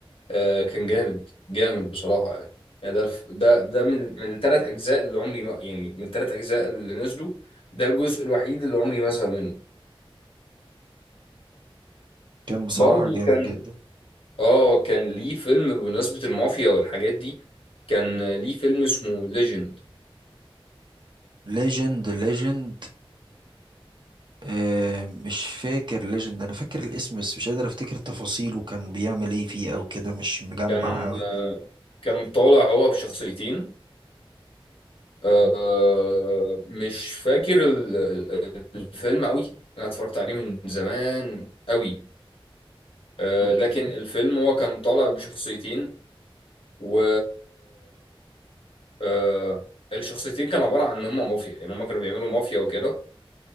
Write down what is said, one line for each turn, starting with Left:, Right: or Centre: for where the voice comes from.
Left: آه، كان جامد جامد بصراحه يعني يعني ده الف- ده ده من من الثلاث اجزاء اللي عمري ما يعني من الثلاث اجزاء اللي نزلوا ده الجزء الوحيد اللي عمري ما زهق منه
Right: كان بصراحة
Left: برضه
Right: جامد
Left: كان
Right: جدا
Left: اه كان ليه فيلم بمناسبه المافيا والحاجات دي كان ليه فيلم اسمه ليجند
Right: ليجند ليجند آه مش فاكر ليجند انا فاكر الاسم بس مش قادر افتكر تفاصيله كان بيعمل ايه فيه او كده مش مجمع
Left: كان
Right: اوي
Left: آه، كان طالع هو بشخصيتين آه، مش فاكر ال- ال- الفيلم قوي انا اتفرجت عليه من زمان قوي آه،
Right: اوكي
Left: لكن الفيلم هو كان طالع بشخصيتين و آه، الشخصيتين كانوا عبارة عن ان هم مافيا يعني هم كانوا بيعملوا مافيا وكده